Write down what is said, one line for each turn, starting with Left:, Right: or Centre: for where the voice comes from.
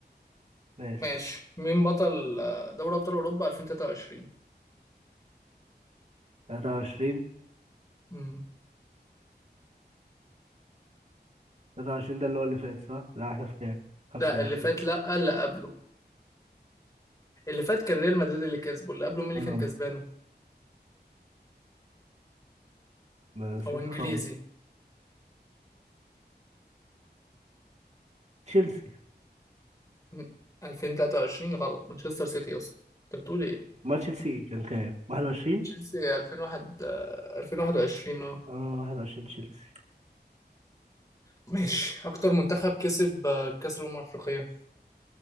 Right: ماشي
Left: ماشي مين بطل آه، دوري أبطال أوروبا 2023؟
Right: 23
Left: امم
Right: 23 ده اللي هو اللي فات صح لا احنا في كام 25
Left: لا اللي فات لا اللي قبله اللي فات كان ريال مدريد اللي كسبه اللي قبله مين اللي
Right: اه
Left: كان كسبانه؟
Right: ما نسيت
Left: هو إنجليزي
Right: خالص تشيلسي
Left: مم، 2023 غلط مانشستر سيتي أصلا أنت بتقول إيه؟
Right: ما تشيلسي كان كام 21
Left: تشيلسي 2001 آه، 2021 اه
Right: اه 21 تشيلسي
Left: ماشي اكتر منتخب كسب آه، كاس الامم الافريقيه